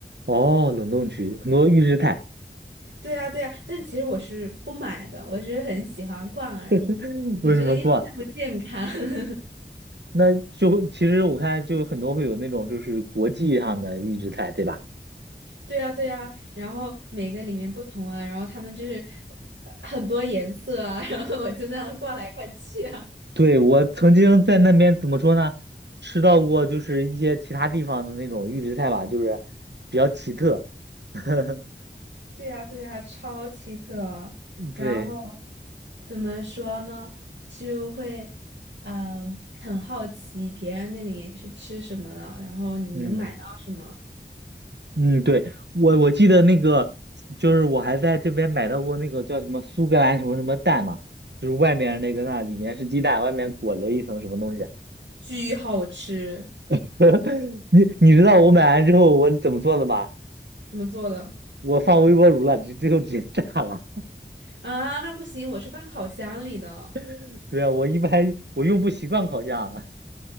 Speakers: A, on the right (about 70°); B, on the right (about 85°).
A: 哦，冷冻区很多预制菜，
B: 对呀，对呀，但其实我是不买的，我只是很喜欢逛而已。
A: <laughs>
B: 我觉得一点也不健康。
A: 为什么逛？
B: <laughs>
A: 那就其实我看就很多会有那种就是国际上的预制菜，对吧？
B: 对啊，对啊，然后每个里面不同啊，然后他们就是呃很多颜色啊，<laughs> 然后我就那样逛来逛去啊。
A: 对，我曾经在那边怎么说呢？吃到过就是一些其他地方的那种预制菜吧，就是比较奇特。<laughs>
B: 对呀，对呀，超奇特哦。
A: 对，
B: 然后怎么说呢？就会嗯、很好奇别人那里是吃什么的，然后你能买到什么，
A: 嗯。嗯，对，我我记得那个，就是我还在这边买到过那个叫什么苏格兰什么什么蛋嘛，就是外面那个那里面是鸡蛋，外面裹了一层什么东西啊。
B: 巨好吃。
A: <laughs> 你你知道我买完之后我怎么做的吗？
B: 怎么做的？
A: 我放微波炉了，直最后直接炸了。
B: 啊，那不行，我是放烤箱里的。
A: <laughs> 对啊，我一般我用不习惯烤箱啊